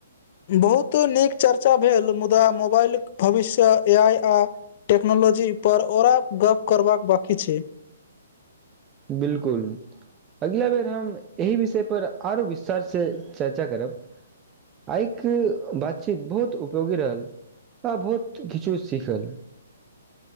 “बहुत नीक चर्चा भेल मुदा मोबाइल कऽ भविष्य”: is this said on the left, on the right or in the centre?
Left